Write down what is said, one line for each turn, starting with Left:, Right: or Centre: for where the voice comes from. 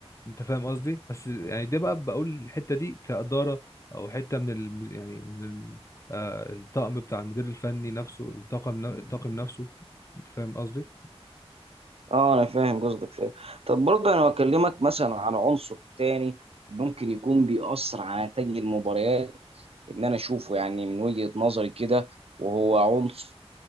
Left: أنت فاهم قصدي؟ بس يعني ده بقى بقول الحتة دي كإدارة أو حتة من ال... يعني من ال- آه، الطقم بتاع المدير الفني نفسه الطاقم الطاقم نفسه انت فاهم قصدي
Right: اه انا فاهم قصدك فاهم طب برضه انا بكلمك مثلا عن عنصر تاني ممكن يكون بيأثر على نتائج المباريات ان انا اشوفه يعني من وجهة نظري كده وهو عنصر